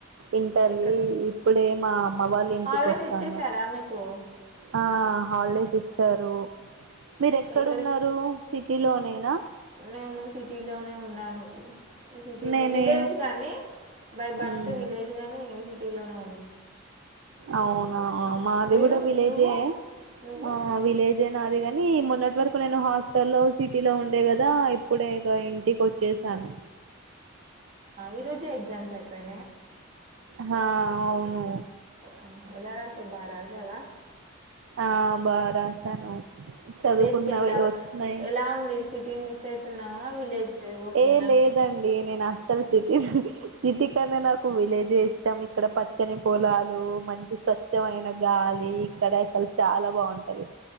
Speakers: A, on the right (about 70°); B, on the right (about 35°).
A: ఇంటర్వి
B: ఎక్కడ
A: ఇప్పుడే మా అమ్మ వాళ్ళ ఇంటికొచ్చాను.
B: హాలిడేస్ ఇచ్చేసారా మీకు
A: ఆ హాల్డేస్ ఇచ్చారు. మీరు ఎక్కడు
B: ఎక్కడ
A: ఉన్నారు సిటీ లోనేనా
B: నేను సిటీ లోనే ఉన్నాను. సిటీలో
A: నేనే
B: విలేజ్ కాని బై బర్త్
A: మ్మ్.
B: విలేజ్ గాని సిటీ లోనే
A: అవునా మాది
B: మీరు
A: కూడా విలేజే
B: నువ్వు నువ్వు
A: ఆ విలేజే నాది కా నీ మొన్నటి వరకు నేను హాస్టల్లో సిటీలో ఉండే కదా ఇప్పుడే ఇక ఇంటికొచ్చేసాను.
B: ఈ రోజే ఎగ్జామ్స్ అయిపోయి
A: హా అవును.
B: హ్మ్ ఎలా రాసావ్ బా రాసావా
A: ఆ బాగ రాసాను. చదువుకున్నవి
B: విలేజ్ కెళ్ళావ్
A: వచ్చినాయి
B: ఎలా ఉంది సిటీని మిస్ అయితున్నావా విలేజ్ ఓకేనా
A: ఏ లేదండి. నేను అస్సలు సిటీ సిటీ కన్నా నాకు విలేజే ఇష్టం ఇక్కడ పచ్చని పొలాలు మంచి స్వచ్ఛమైన గాలి ఇక్కడ సలు చాలా బాగుంటది.